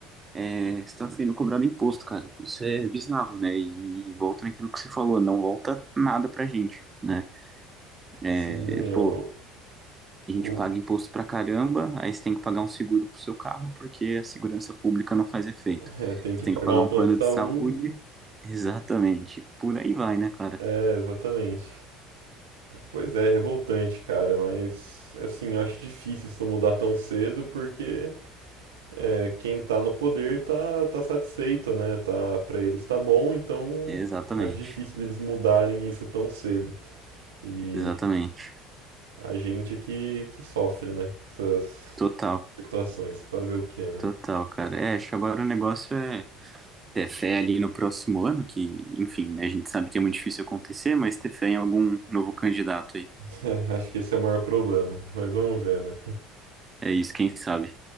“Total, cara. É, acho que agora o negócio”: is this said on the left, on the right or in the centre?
Right